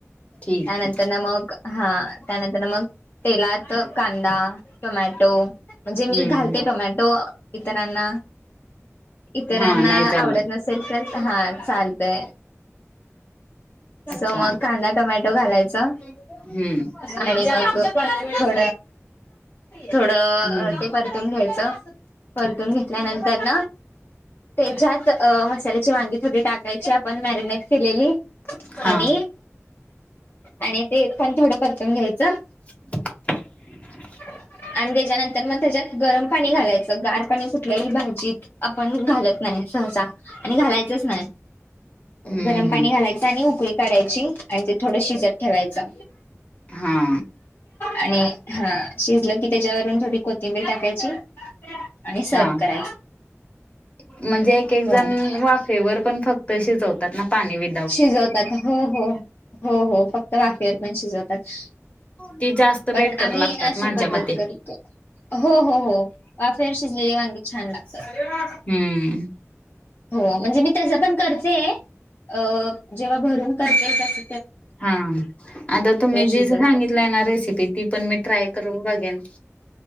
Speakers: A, on the left (about 25°); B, on the left (about 45°).
A: ठीक
B: त्यानंतर ना मग हा त्यानंतर ना मग. तेलात कांदा टोमॅटो म्हणजे मी
A: हम्म
B: घालते
A: हम्म
B: टोमॅटो. इतरांना इतरांना
A: हा नाही चालत
B: आवडत नस सेल्फ सेल् हा चालतय.
A: अच्छा
B: स मग कांदा टोमॅटो घालायचा.
A: हम्म
B: आणि मग थोड थोडं
A: हम्म
B: ते पण. ून घ्यायच परतून घेतल्यानंतर तेच्यात. मसाल्याची वांगी थोडी टाकायची आपण मॅरिनेट केलेली.
A: हा
B: आणि आणि ते पण थोडं परतवून घ्यायचं.
A: <unintelligible>
B: आणि त्याच्यानंतर मग त्याच्यात गरम पाणी घालायचं गार पाणी सुटले ह भाजीत. आपण घालत. नाही सहसा आणि घालायचच नाही
A: हम्म
B: गरम पाणी
A: हम्म
B: घालायचं आणि उकळी. करायची आणि ते थोडं शिजत ठेवायचं
A: हा
B: आणि हा शिजलं की त्याच्यावरून थोडी कोथिंबीर टाकायची आणि सर्व
A: हा
B: करायची.
A: म्हणजे एक एक जण
B: हो
A: वाफेवर पण फक्त शिजवतात ना पाणी वि
B: शिजवतात हो हो हो हो फक्त वाफेवर पण शिजवतात.
A: ती जास्त.
B: पण
A: बेटर
B: आम्ही
A: लागतात
B: अशी
A: माझ्या
B: पद्धत
A: मते
B: करतो. हो हो हो वाफेर शिजलेली वांगी छान लागतात.
A: हम्म.
B: हो म्हणजे मी तस पण करतेय अ जेव्हा भरून करतेय तस.
A: हा आता तुम्ही जी
B: शिजवते.
A: सांगितलंय ना रेसिपी ती पण मी ट्राय करून बघेन.